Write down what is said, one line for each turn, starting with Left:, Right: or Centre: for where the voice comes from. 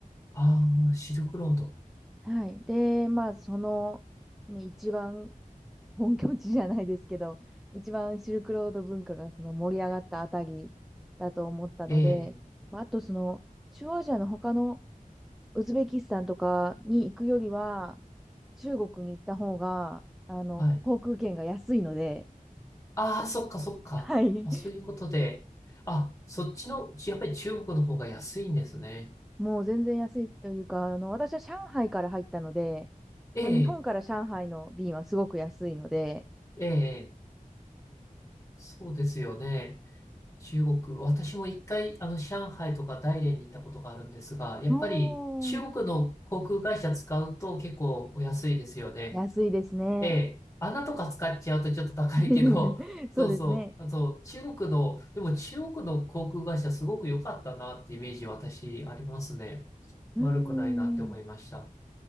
Left: ああー、シルクロード。
Centre: はい。で、まあ、その、ね一番本拠地じゃないですけど、一番シルクロード文化がその盛り上がったあたりだと思ったので、
Left: ええ、ええ
Centre: まあ、あとその、中央アジアの他のウズベキスタンとかに行くよりは、中国に行った方が、あの、
Left: はい。
Centre: 航空券が安いので、
Left: ああ、そっかそっか。
Centre: はい。
Left: あ、そういうことで。あ、そっちの、やっぱり中国の方が安いんですね。
Centre: もう全然安いというか、あの、私は上海から入ったので、
Left: ええ、
Centre: まあ、日本から上海の便はすごく安いので、
Left: ええ、そうですよね。中国、私も一回、あの、上海とか大連に行ったことがあるんですが、やっぱり中国の航空会社使うと結構お安いですよね。
Centre: もう、安いですね。
Left: ええ、穴とか使っちゃうとちょっと高いけど、
Centre: <laughs> そうですね。
Left: そうそう、あと中国の、でも中国の航空会社すごく良かったなってイメージ私ありますね。
Centre: うーん。
Left: 悪くないなって思いました。